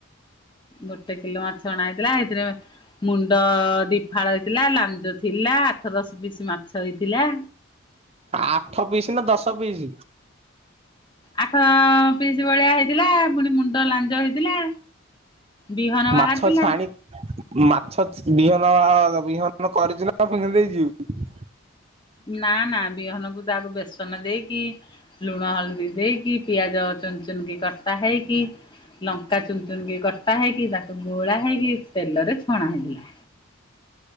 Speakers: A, on the left; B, on the right.
A: ଗୋଟେ କିଲୋ ମାଛ ଅଣା ଏଇଥିଲା ଏଇତିରେ ମୁଣ୍ଡ ଦିଫାଳ ହେଇଥିଲା ଲାଞ୍ଜ ଥିଲା ଆଠ ଦଶ ପିସ୍ ମାଛ ହେଇଥିଲା।
B: ଆଠ ପିସ୍ ନା ଦଶ ପିସ୍।
A: ଆଠ ପିସ୍ ଭଳିଆ ହେଇଥିଲା ପୁଣି ମୁଣ୍ଡ ଲାଞ୍ଜ ହେଇଥିଲା। ବିହନ ବାହାରିଥିଲା
B: ମାଛ ଛାଣି ମାଛ ବିହନ ବିହନ କଣ କରିଚି ନା କଣ ସେମିତି ଦେଇଚି।
A: ନା ନା ବିହନକୁ ତାକୁ ବେସନ ଦେଇକି ଲୁଣ ହଳଦୀ ଦେଇକି ପିଆଜ ଚୁନ ଚୁନ କି କଟା ହେଇକି ଲଙ୍କା ଚୁନ୍‌ ଚୁନ୍‌ କି କଟା ହେଇକି ତାକୁ ଗୋଳା ହେଇକି ତେଲରେ ଛଣା ହେଇଥିଲା।